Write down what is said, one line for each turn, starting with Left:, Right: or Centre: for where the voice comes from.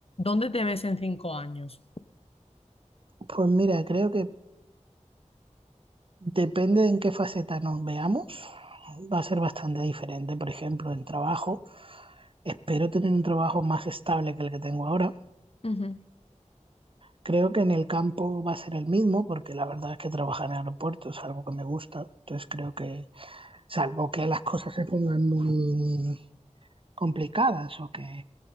Left: ¿Dónde te ves en cinco años?
Right: Pues mira, creo que depende de en qué faceta nos veamos, va a ser bastante diferente. Por ejemplo, en trabajo, espero tener un trabajo más estable que el que tengo ahora.
Left: Ujú,
Right: Creo que en el campo va a ser el mismo, porque la verdad es que trabajar en aeropuertos es algo que me gusta. Entonces creo que, salvo que las cosas se pongan muy complicadas o que